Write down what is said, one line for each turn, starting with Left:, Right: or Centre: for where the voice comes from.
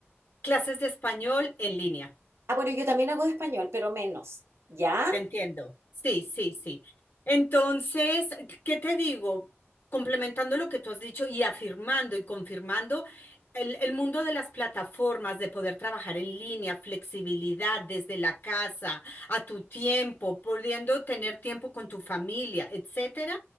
Left: Clases de español en línea,
Right: Ah, bueno, yo también hago de español, pero menos, ¿ya?
Left: te entiendo. Sí, sí, sí. Entonces, ¿qué te digo? Complementando lo que tú has dicho y afirmando y confirmando, el, el mundo de las plataformas, de poder trabajar en línea, flexibilidad desde la casa, a tu tiempo, pudiendo tener tiempo con tu familia, etcétera,